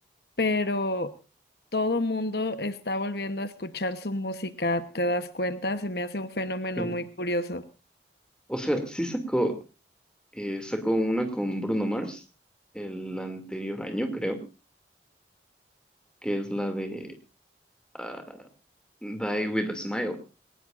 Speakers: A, on the left (about 65°); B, in the centre.
A: pero todo mundo está volviendo a escuchar su música, ¿te das cuenta? Se me hace un fenómeno
B: Sí.
A: muy curioso.
B: O sea, sí sacó, eh, sacó una con Bruno Mars el anterior año, creo, que es la de ah, Die with a Smile.